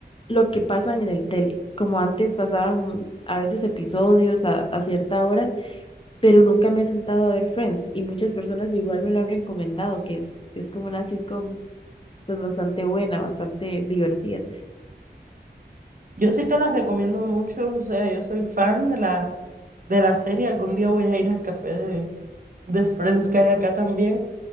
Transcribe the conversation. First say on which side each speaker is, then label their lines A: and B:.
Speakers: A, on the left; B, on the right.
A: lo que pasan en el tele, como antes pasaban a veces episodios a, a cierta hora, pero nunca me he sentado a ver Friends. Y muchas personas igual me lo han recomendado, que es, es como una sitcom pues bastante buena, bastante divertida.
B: Yo sí te la recomiendo mucho, o sea, yo soy fan de la, de la serie. Algún día voy a ir al café de, de Friends que hay acá también.